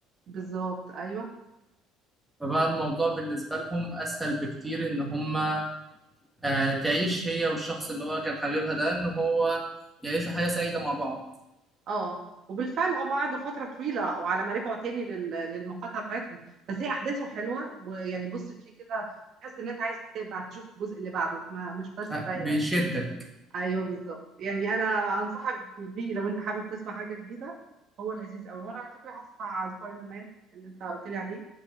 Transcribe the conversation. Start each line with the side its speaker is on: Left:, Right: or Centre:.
Right: بالظبط ايوه
Centre: فبقى الموضوع بالنسبة لهم أسهل بكتير إن هما آه، تعيش هي والشخص اللي هو كان حبيبها ده إن هو يعيشوا حياة سعيدة مع بعض
Right: اه وبالفعل هم قعدوا فترة طويلة وعلى ما رجعوا تاني لل- للمقاطعة بتاعتهم بس هي أحداثه حلوة ويعني بص فيه كده تحس إن أنت عايز تتابع تشوف الجزء اللي بعده ما مش بس
Centre: آه،
Right: ده يعني
Centre: بيشدك
Right: أيوه بالظبط يعني أنا أنصحك بيه لو أنت حابب تسمع حاجة جديدة هو لذيذ أوي وأنا على فكرة هسمع سبايدر مان اللي أنت قلت لي عليه